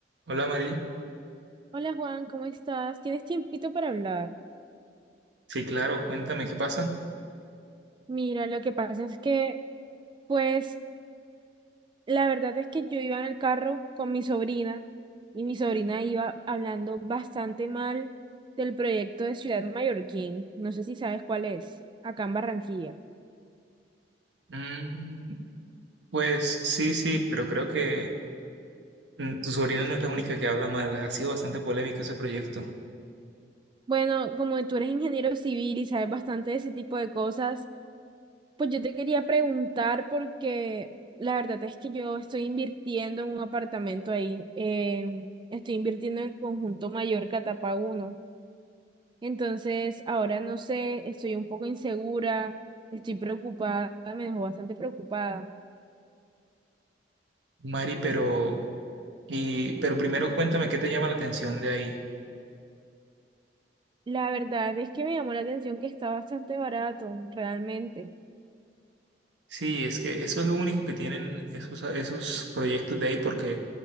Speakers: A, on the right; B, on the right.
A: Hola Mari,
B: Hola Juan, ¿cómo estás? ¿Tienes tiempito para hablar?
A: sí, claro, cuéntame qué pasa.
B: Mira, lo que pasa es que, pues, la verdad es que yo iba en el carro con mi sobrina y mi sobrina iba hablando bastante mal del proyecto de Ciudad Mallorquín. No sé si sabes cuál es, acá en Barranquilla.
A: Mm, pues sí, sí, pero creo que mm, tu sobrina no es la única que habla mal, ha sido bastante polémico ese proyecto.
B: Bueno, como tú eres ingeniero civil y sabes bastante de ese tipo de cosas, Pues yo te quería preguntar porque la verdad es que yo estoy invirtiendo en un apartamento ahí. eh, estoy invirtiendo en el conjunto Mallorca etapa uno, Entonces, ahora no sé, estoy un poco insegura, estoy preocupada, me dejó bastante preocupada.
A: Mari, pero, y, pero primero cuéntame qué te llama la atención de ahí.
B: La verdad es que me llamó la atención que está bastante barato, realmente.
A: Sí, es que eso es lo único que tienen esos, esos proyectos de ahí porque